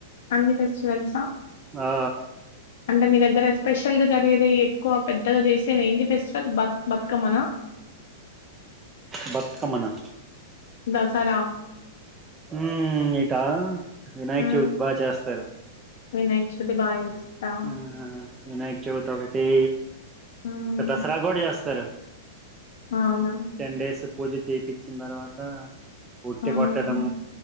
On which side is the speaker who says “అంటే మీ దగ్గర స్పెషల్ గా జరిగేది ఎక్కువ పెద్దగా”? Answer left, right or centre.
Left